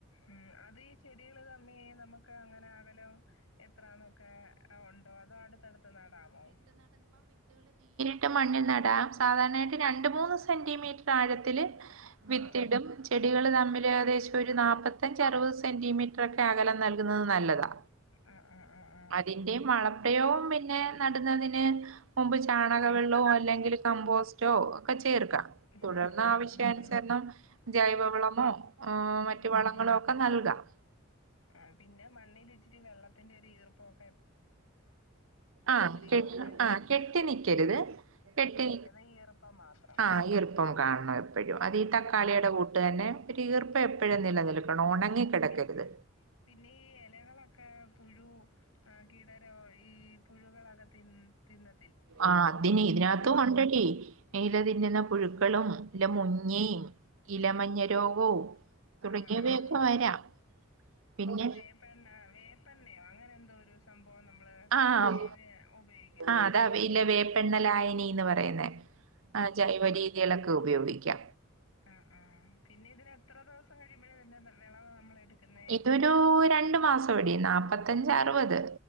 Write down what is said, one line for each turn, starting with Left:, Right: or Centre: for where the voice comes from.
Left: ഉം അത് ഈ ചെടികള് തമ്മി നമുക്ക് അങ്ങനെ അകലോ എത്രാന്നൊക്കെ ഉണ്ടോ അതോ അടുത്തടുത്ത് നടാമോ
Right: ഇട്ട് മണ്ണിൽ നടാം സാധാരണയായിട്ട് രണ്ട് മൂന്ന് സെന്റിമീറ്റർ ആഴത്തില് വിത്തിടും
Left: ആഹ് ആഹ്
Right: ചെടികൾ തമ്മിൽ ഏകദേശം ഒരു നാപ്പത്തഞ്ച് അറുപത് സെന്റിമീറ്റർ ഒക്കെ അകലം നൽകുന്നത് നല്ലതാ
Left: ആഹ് ആഹ് ആഹ്
Right: അതിന്റെ
Left: ആഹ്
Right: മളപ്രയോഗം പിന്നെ നട്ന്നതിന് മുമ്പ് ചാണക വെള്ളോ അല്ലെങ്കില് കമ്പോസ്റ്റോ ഒക്കെ ചേർക്കാ തുടർന്ന്
Left: ചേർക്കാം
Right: ആവശ്യാനുസരണം
Left: ആഹ്
Right: ജൈവവളമോ
Left: ആഹ്
Right: ആ,
Left: ഉം
Right: മറ്റു വളങ്ങളോ
Left: ഉം
Right: ഒക്കെ നൽകാം
Left: ആഹ് പിന്നെ മണ്ണല് ഇച്ചിരി വെള്ളത്തിന്റെ ഒര് ഈർപ്പൊക്കെ
Right: ആഹ് കെ
Left: ഈർപ്പം അല്ലയോ?
Right: ആ കെട്ടി നിക്കര്ത് കെട്ടി
Left: നിൽക്കാതെ ഈ ഈർപ്പം മാത്രം.
Right: ആഹ് ഈർപ്പം കാണണം എപ്പഴും അതീ തക്കാളിടെ
Left: ഉം ഉം
Right: കൂട്ട് തന്നെ ഒര് ഈർപ്പ എപ്പഴും നിലനിൽക്കണം
Left: ഉം.
Right: ഒണങ്ങി കിടക്കര്ത്
Left: പി- പിന്നെ ഈ എലകളൊക്കെ ക്കെ പുഴു കീടരോ ഈ പുഴുകൊളക്കെ തി തിന്ന
Right: ആഹ് ഇതിന് ഇതിനകത്തും കൊണ്ടടി എലതിന്നുന്ന പുഴുക്കളും ഇല്ല മുന്നിം ഇലമഞ്ഞ രോഗവും തുടങ്ങിയവയൊക്കെ
Left: ആഹ് ആഹ്.
Right: വരാം പിന്നെ
Left: അപ്പൊ വേപ്പെണ്ണ വേപ്പെണ്ണയോ അങ്ങനെ എന്തോ ഒര് സംഭവം നമ്മള്
Right: ആഹ്
Left: ജീവി ഉപയോക്ക്യയോ
Right: ആഹ് അതാ ഇല വേപ്പെണ്ണലായിനീന്ന് പറയ്ന്നേ ആഹ് ജൈവ രീതികളൊക്കെ ഉപയോഗിക്ക്യ
Left: ആഹ് ആഹ് പിന്നെ ഇതിന് എത്ര ദിവസം കഴിയുമ്പഴാ ഇതിന്റെ ന- വിളവ് നമ്മളെടുക്കുന്നേ?
Right: ഇതൊരു രണ്ട് മാസ ഇടിം നാപ ത്തഞ്ച് അറവത്